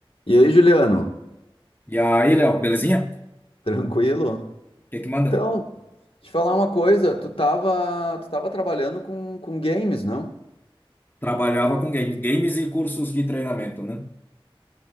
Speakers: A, on the left; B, on the left.
A: E aí, Juliano?
B: E aí, Léo, belezinha?
A: Tranquilo?
B: O que é que manda?
A: Então, te falar uma coisa, tu tava, tu tava trabalhando com, com games, não?
B: Trabalhava com games, games e cursos de treinamento, né?